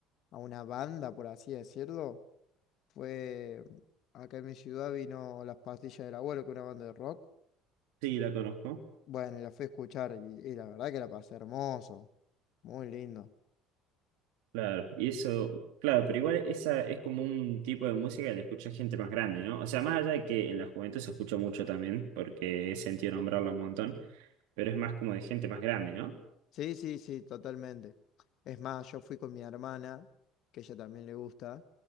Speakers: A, on the left; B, on the right.
A: a una banda, por así decirlo, fue acá en mi ciudad vino Las Pastillas del Abuelo, que es una banda de rock.
B: Sí, la conozco.
A: Bueno, y la fui a escuchar y, y la verdad que la pasé hermoso, muy lindo.
B: Claro, y eso, claro, pero igual esa es como un tipo de música que la escucha gente más grande, ¿no? O sea, más allá de que en la juventud se escucha mucho también, porque he sentido nombrarla un montón, pero es más como de gente más grande, ¿no?
A: Sí, sí, sí, totalmente. Es más, yo fui con mi hermana, que ella también le gusta,